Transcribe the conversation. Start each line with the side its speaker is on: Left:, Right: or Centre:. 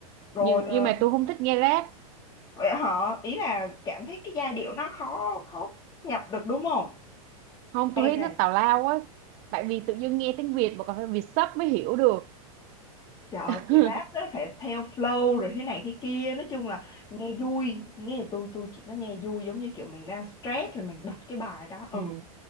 Left: rồi
Right: nhưng
Left: ờ,
Right: nhưng mà tôi không thích nghe rap
Left: họ ý là cảm thấy cái giai điệu nó khó khó nhập được đúng không
Right: không
Left: hay
Right: tôi thấy
Left: là
Right: nó tào lao quá tại vì tự dưng nghe tiếng Việt mà còn phải Việt sub mới hiểu được
Left: Trời ơi,
Right: <laughs>
Left: thì rap nó phải theo flow rồi thế này thế kia nói chung là nghe vui nghe tôi tôi chỉ có nghe vui giống như kiểu mình đang stress rồi mình bật cái bài đó ừ
Right: Ừ,